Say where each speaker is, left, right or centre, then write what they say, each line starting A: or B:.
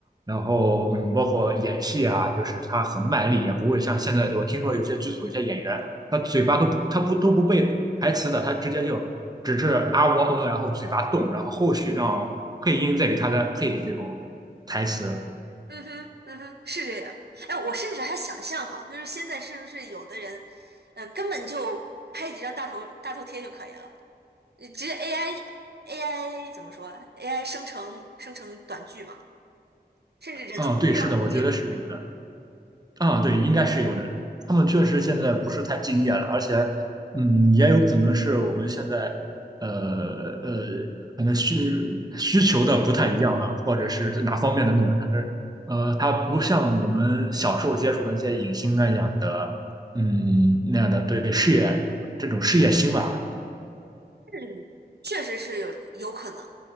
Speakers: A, on the right; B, on the right.
A: 然后嗯，包括演戏啊，就是他很卖力，也不会像现在我听说有些剧组有些演员，他嘴巴都不他不都不背台词的，他直接就只是啊喔呃，然后嘴巴动，然后后续让配音再给他再配这种台词。
B: 嗯哼，嗯哼，是这样。哎，我甚至还想象哈，就是现在是不是有的人，呃，根本就拍几张大头大头贴就可以了，呃直接 AI AI 怎么说啊？AI 生成生成短剧嘛，甚至人都不需要出镜。
A: 啊、对，是的，我觉得是有。的。啊，对，应该是有的。他们确实现在不是太敬业了，而且，嗯，也有可能是我们现在，呃呃，可能需需求的不太一样了，或者是哪方面的内容，但是，呃，他不像我们小时候接触的那些影星那样的，嗯，那样的对事业有这种事业心吧。
B: 嗯，确实是有有可能。